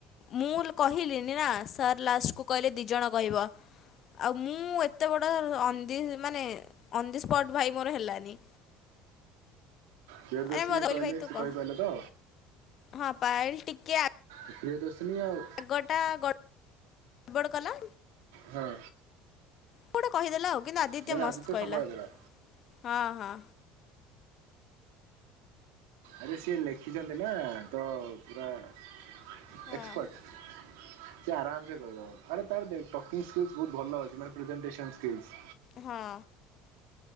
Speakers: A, on the left (about 50°); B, on the right (about 80°).
A: ମୁଁ ଲ କହିଲିନି ନା ସାର୍ ଲାଷ୍ଟକୁ କହିଲେ ଦି ଜଣ କହିବ। ଆଉ ମୁଁ ଏତେ ବଡ଼ ଅ ଦି ମାନେ ଅନ୍ ଦି ସ୍ପଟ୍ ଭାଇ ମୋର ହେଲାନି।
B: ପ୍ରିୟରଦର୍ଶିନୀ
A: ଆରେ ମୋତେ କହିଲି
B: କହିଲେ
A: ଭାଇ ତୁ
B: ସେ
A: କହ
B: କହିପାରିଲେ ତ?
A: ହଁ ପାୟଲ ଟିକେ
B: ପ୍ରିୟଦର୍ଶିନି ଆଉ
A: ଆଗଟା ଗ ବଡ଼ କଲା।
B: ହଁ
A: କୋଆଟେ କହିଦେଲା ଆଉ କିନ୍ତୁ ଆଦିତ୍ୟ
B: ମାନେ
A: ମସ୍ତ କହିଲା।
B: ସମ୍ଭାଳି ଦେଲା।
A: ହଁ ହଁ।
B: ଆରେ ସିଏ ଲେଖିଛନ୍ତି ନା ତ ପୁରା ଏକ୍ସପର୍ଟ।
A: ହଁ
B: ସେ ଆରାମ ସେ କହିଦବ ଆରେ ତାର ଦେଖ ଟକିଙ୍ଗଷ୍ଟେଜ ବହୁତ୍ ଭଲ ଅଛି ମାନେ ପ୍ରିବେନଷ୍ଟେସନ୍ ଷ୍ଟେଜ।
A: ହଁ।